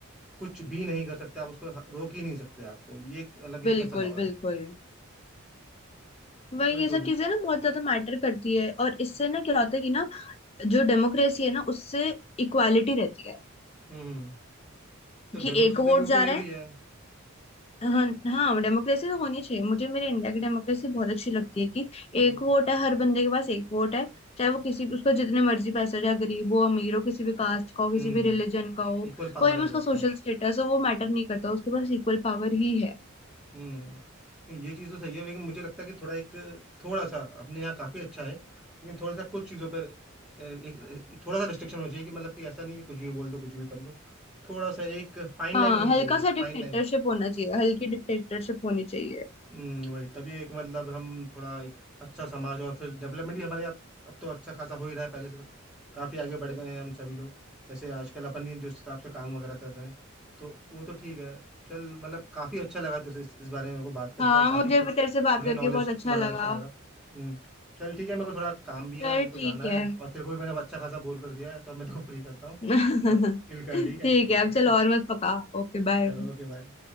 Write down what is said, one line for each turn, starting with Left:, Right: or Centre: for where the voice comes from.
Centre: कुछ भी नहीं कर सकते आप उसको ह- रोक ही नहीं सकते आपको ये मतलब ये
Left: बिल्कुल
Centre: कैसा लॉ है
Left: बिल्कुल वही
Centre: वही
Left: ये
Centre: तो
Left: सब चीजें ना बहुत ज्यादा मैटर करती है और इससे ना क्या होता है कि ना जो डेमोक्रेसी है ना उससे इक्वालिटी रहती है
Centre: हम्म तो डेमोक्रेसी
Left: कि एक वोट
Centre: तो यूके
Left: जा
Centre: में
Left: रहा
Centre: भी
Left: है
Centre: है
Left: हाँ हाँ डेमोक्रेसी तो होनी चाहिए मुझे मेरे इंडिया की डेमोक्रेसी बहुत अच्छी लगती है कि
Centre: हम्म
Left: एक वोट है हर बंदे के पास एक वोट है चाहे वो किसी उसका जितने मर्जी पैसे हो चाहे गरीब हो अमीर हो किसी भी कास्ट का हो किसी
Centre: हम्म
Left: भी रिलीजन का हो
Centre: इक्वल पावर
Left: कोई भी
Centre: है
Left: उसका
Centre: वोट
Left: सोशल
Centre: का
Left: स्टेटस हो वो मैटर नहीं करता उसके पास इक्वल पावर ही है
Centre: हम्म नहीं, ये चीज़ तो सही है लेकिन मुझे लगता है कि थोड़ा एक थोड़ा सा अपने यहाँ काफ़ी अच्छा है लेकिन थोड़ा सा कुछ चीज़ों पर अ, एक एक थोड़ा सा रिस्ट्रिक्शन होना चाहिए कि मतलब कि ऐसा नहीं कि कुछ भी बोल दो कुछ भी कर लो थोड़ा सा एक फाइन
Left: हाँ
Centre: लाइन होनी
Left: हल्का
Centre: चाहिए एक
Left: सा डिक्टेटरशिप
Centre: फाइन लाइन
Left: होना चाहिए हल्की डिक्टेटरशिप होनी चाहिए
Centre: हम्म, वही तभी एक मतलब हम थोड़ा एक अच्छा समाज और फिर डेवलपमेंट भी हमारे अब अब तो अच्छा खासा हो ही रहा है पहले से तो काफ़ी आगे बढ़ गए हैं हम सभी लोग जैसे आजकल अपन ये जो हिसाब से काम वगैरह कर रहे हैं तो वो तो ठीक है चल मतलब काफ़ी अच्छा लगा तेरे से इस, इस बारे में मेरे को बात करके
Left: हाँ
Centre: और काफ़ी
Left: मुझे
Centre: कुछ
Left: भी तेरे से बात
Centre: मुझे
Left: करके
Centre: नॉलेज
Left: बहुत अच्छा
Centre: बड़ा
Left: लगा
Centre: अच्छा लगा हम्म चल ठीक है मेरे को थोड़ा काम भी है
Left: चल
Centre: मेरे को
Left: ठीक
Centre: जाना है
Left: है
Centre: और तेरे को भी मैंने अब अच्छा खासा बोर कर दिया है तो अब मैं तेरे को फ्री करता हूँ
Left: <laughs>
Centre: आराम चिल कर
Left: ठीक
Centre: ठीक है Bye.
Left: है अब चल और मत पका Okay
Centre: <laughs>
Left: bye
Centre: चलो ओके बाय